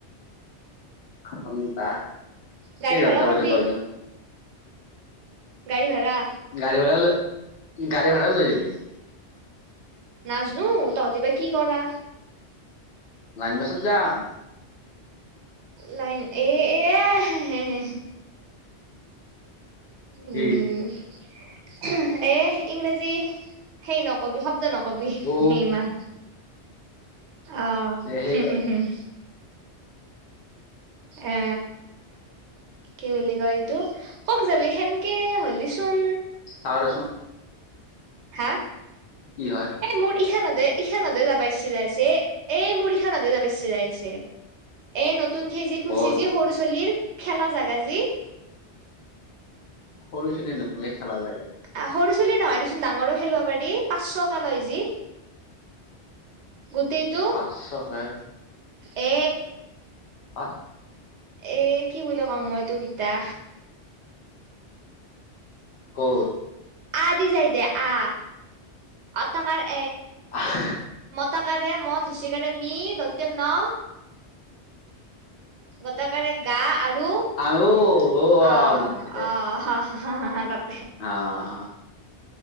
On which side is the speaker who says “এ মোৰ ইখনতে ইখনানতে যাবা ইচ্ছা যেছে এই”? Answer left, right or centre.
Right